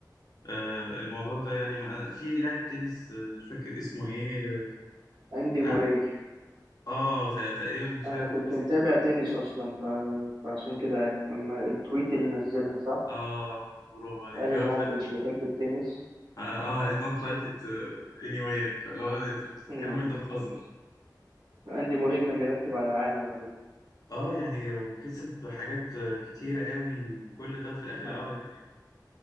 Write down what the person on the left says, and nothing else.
آه، الموضوع ده يعني ما- في لاعب تنس آه، مش فاكر اسمه ايه آه،
كان
عن- اه ت- تقريبا مش
عارف
القصه
اه برافو عليك
هو
فعلا
اه اي دونت لايك ات اني واي يعني فلو انت بتتكلم
انت بتهزر
اه يعني وكسب حاجات كتير قوي وكل ده وفي الاخر
اه يعني